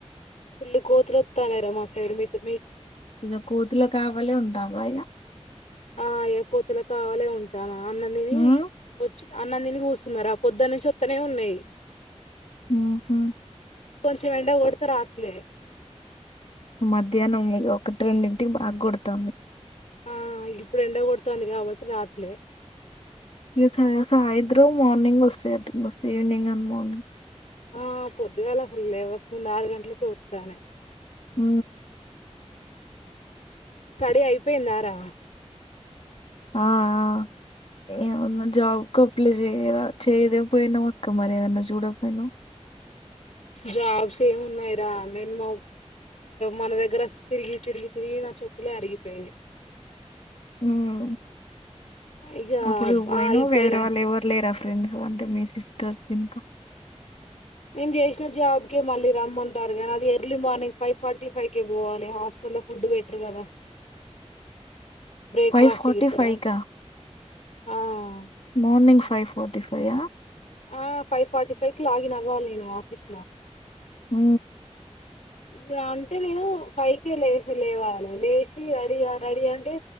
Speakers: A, on the left; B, on the left.
A: ఫుల్లు కోతులు వొత్తన్నాయ్ రా మా సైడ్ మీకు
B: ఇగ కోతుల కావాలే ఉంటనవా ఇగా
A: ఆ ఇగ కోతుల కావాలే ఉంటాన అన్నం తిని
B: ఉమ్
A: వచ్చి అన్నం తిని కూర్చున్న రా పొద్దనుంచి వత్తనే ఉన్నాయి
B: మ్మ్ హ్
A: కొంచెం ఎండ కొడితే రావట్లే
B: మధ్యాహ్నం ఒకటి రెండింటికి బాగా కొడుతంది
A: ఆ ఇప్పుడు ఎండ కొడుతంది కాబట్టి రాట్లే
B: ఇగ సాయంత్రం మార్నింగ్ వస్తాయండి మస్తు ఈవినింగ్ అండ్ మార్నింగ్
A: ఆ పొద్దుగాల అసలు లేవకముందు ఆరు గంటలకే వత్తన్నాయ్
B: ఊ
A: స్టడీ అయిపోయిందా రా
B: ఆ ఆ ఏమన్నా జాబ్ కు అప్లై చేయ చేయద పోయినావు అక్క మరి ఏదన్నా చూడకపోయినావు
A: జాబ్స్ ఏమి ఉన్నాయి రా నేను మా మన దగ్గర తిరిగి తిరిగి తిరిగి నా చప్పులే అరిగిపోయినాయి
B: ఉమ్
A: ఇక
B: అప్పుడు పోయినవుగా
A: ఆగిపోయినా
B: హైదరాబాదులో ఎవరు లేరా ఫ్రెండ్స్ అంటే మీ సిస్టర్స్ ఇంకా
A: నేను చేసిన జాబ్కే మళ్ళీ రమ్మంటారు కానీ అది early morning five forty five కే పోవాలి హాస్టల్ లో ఫు డువేటర్ కదా బ్రేక్
B: ఫైవ్
A: ఫాస్ట్
B: ఫార్టీ
A: కి ఇత్తరా
B: ఫైవ్ కా
A: ఆ ఆ
B: మార్నింగ్ ఫైవ్ ఫోర్టీ ఫై ఆ
A: ఆ ఫైవ్ ఫార్టీ ఫైవ్ కి లాగిన్ అవ్వాలి నేను ఆఫీస్
B: ఊ
A: ఇప్పుడు అంటే నేను ఫైకే లేచి లేవాలి లేచి రెడీ రెడీ అంటే